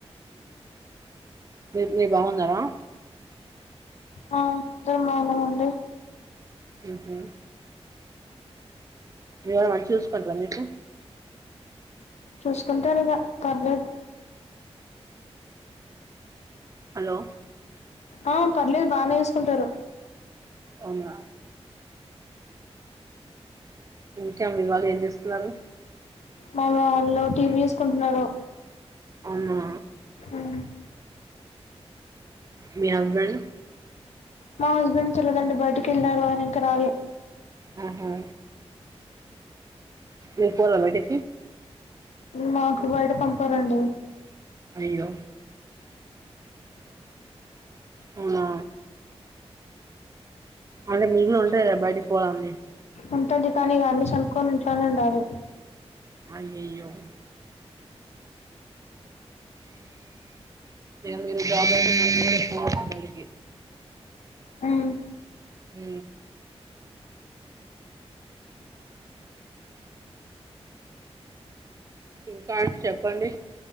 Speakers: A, on the right; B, on the left.
A: మీ మీ బాగున్నారా
B: ఆ మందర మనముండ
A: ఇహ మీళ మంచిగా చూసుకుంటార మీకు
B: చూసుకుంటారు ఇక పలది
A: హలో
B: ఆ పర్లేదు బాగానే వేసుకుంటారు
A: అవునా ఇంకాే వివాళం ఏం చేస్తున్నారు
B: వాళ్ళ వాళ్ళు టీవీ చూసుకుంటున్నారు
A: అవున్నా
B: ఉమ్.
A: మీ హస్బెండ్
B: మా హస్బెండ్ చలదండి బయటికి వెళ్ళారు అని ఇంక రాల
A: ఆహా ఇ పోల్మట
B: మాకు బయట పంపారంండి
A: అయ్యో అవునా అంట మ ఉంటబ్ బటి పోల ఉ
B: ఉంటుది కానీ ఇ అన్ని చంపుకొని ఇంట్లోనే ఉండాలి
A: అయి అయి మీరు బయడికి
B: ఉమ్.
A: అ ఇంకా అండి చెప్పండి